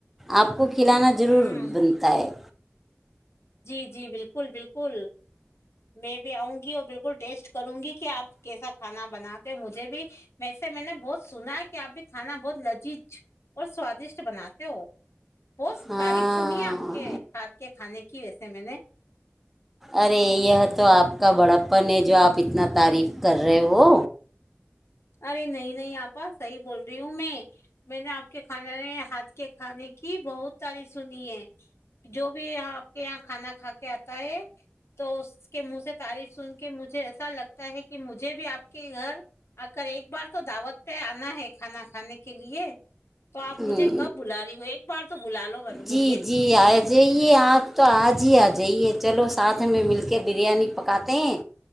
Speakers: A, in the centre; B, on the left.
A: آپ کو کھلانا ضرور
B: ہ
A: بنتا ہے
B: جی جی بالکل بالکل میں بھی آؤں گی اور بالکل ٹیسٹ کروں گی کہ آپ کیسا کھانا بناتے ہو مجھے بھی ویسے میں نے بہت سنا ہے کہ آپ بھی کھانا بہت نذیذ اور سوادشٹ بناتے ہو بہت
A: ہاں
B: تعریف سنیے آپ کے ہاتھ کے کھانے کی کی آس م نے
A: ارے یہ تو آپ کا بڑپن ہے جو آپ اتنا تعریف کر رہے ہو
B: ارے نہیں نہیں آپا صحیح بول رہی ہوں میں میں نے آپ کے کھانے ہاتھ کے کھانے کی بہت تعریف سنی ہے جو بھی آپ کے یہاں کھانا کھا کے آتا ہے تو اس کے منہ سے تعریف سن کے مجھے ایسا لگتا ہے کہ مجھے بھی آپ کے گھر اگر ایک بار تو دعوت پہ آنا ہے کھانا کھانے کے لیے تو آپ
A: ہ
B: مجھے کب بلا رہی ہو ایک بار تو بلا لو مجھے
A: جی
B: بھی
A: جی آ جائیے آپ تو آج ہی آ جائیے چلو ساتھ میں مل کے بریانی پکاتے ہیں